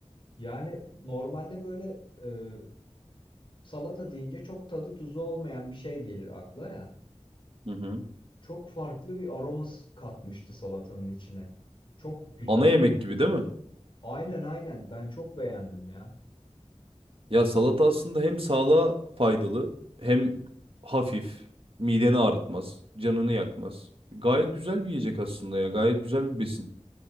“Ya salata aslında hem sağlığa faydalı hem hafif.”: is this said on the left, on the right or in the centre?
Right